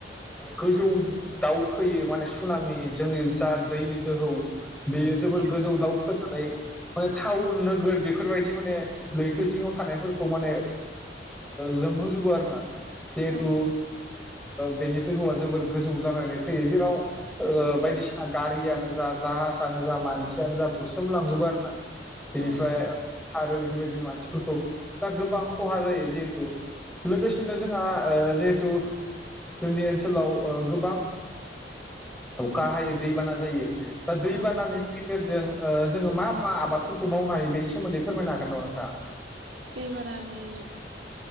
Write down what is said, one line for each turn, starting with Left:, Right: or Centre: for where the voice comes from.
Centre: गोजौ दाउखोयो माने सुनामि जोंनि जा दैनि दोहौ बेयो जोबोर
Right: औ
Centre: गोजौ दाउखोनानै माने टाउन नोगोर बेफोरबायदि माने लैथो जिङाव थानायफोरखौ माने लोमहोजबो आरो ना जिहेथु
Right: औ
Centre: बेनि दहौआ जोबोर गोजौ जानानै फैयो जेराव बायदिसिना गारियानो जा जाहाजानो जा मानसियानो जा बुसोमलांजोबो आरो ना बेनिफ्राय
Right: औ औ
Centre: खारो बेफोरबायदि मानसिफोरखौ दा गोबां खहा जायो जिहेथु लोगोसेनो जोंहा जिहेथु जोंनि ओनसोलाव गोबां अखा हायो दैबाना जायो दा दैबानानि
Right: औ
Centre: गेजेरजों जोङो मा मा आबादफोरखौ मावनो हायो बेनि सोमोन्दै फोरमायनो हागोन नामा नोंथाङा
Right: दैबानानि